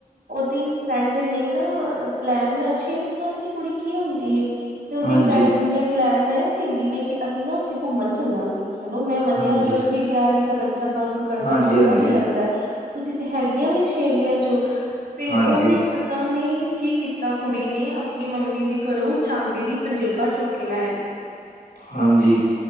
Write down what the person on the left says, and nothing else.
ਹਾਂਜੀ
ਹਾਂਜੀ
ਹਾਂਜੀ
ਹਾਂਜੀ
ਹਾਂਜੀ
ਹਾਂਜੀ।